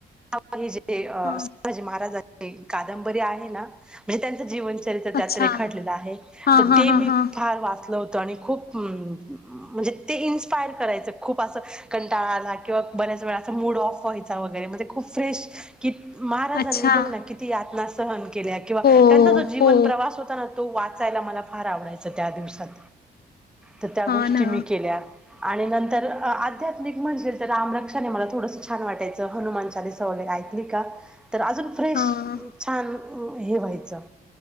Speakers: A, in the centre; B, on the left (about 50°).
A: आपली जे संभाजी
B: हां
A: महाराजांची कादंबरी आहे ना, म्हणजे त्यांचं जीवन च रित्र त्यात
B: अच्छा
A: रेखाटलेलं आहे,
B: हां
A: त
B: हां
A: ते
B: हां
A: मी
B: हां
A: फार वाच ल होतं आणि खूप अ म्हणजे ते इन्स्पायर करायचं खूप असं कंटाळा आला किंवा बऱ्याच वेळा असा मूड ऑफ व्हायचा वगैरे म्हणजे खूप फ्रेश कि महाराजांनी
B: अच्छा
A: बघ ना किती यातना स सहन केल्या किंवा
B: हो
A: त्यांचा जो जीवन
B: हो
A: प्रवास होता ना, तो वाचायला मला फार आवडायच त्या दिवसात. तर त्या
B: हां
A: गोष्टी
B: ना
A: मी केल्या. आणि नंतर आध्यात्मिक म्हणशील तर राम रक्षाने मला थोडस छान वाटायचं, हनुमान चालीसा वगैरे आइक लीका, तर अजून फ्रेश
B: हां
A: छान, हे व्हायचं